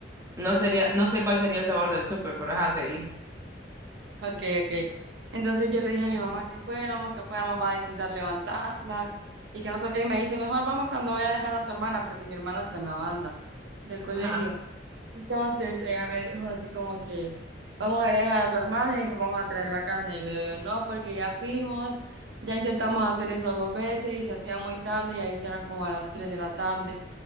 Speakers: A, on the right; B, on the right.
A: No sería, no sé cuál sería el sabor del súper, pero ajá, seguí.
B: Ok, ok. Entonces yo le dije a mi mamá que fuéramos, que fuéramos, va a intentar levantarla y que no sé qué. Y me dice, mejor vamos cuando vaya a dejar a tu hermana, porque mi hermana está en la banda del colegio.
A: Ajá,
B: Entonces ella me dijo así como que vamos a ir a dejar a tu hermana y después vamos a traer la carne. Y le digo yo, no, porque ya fuimos, ya intentamos hacer eso dos veces y se hacía muy tarde y ahí eran como a las 3 de la tarde.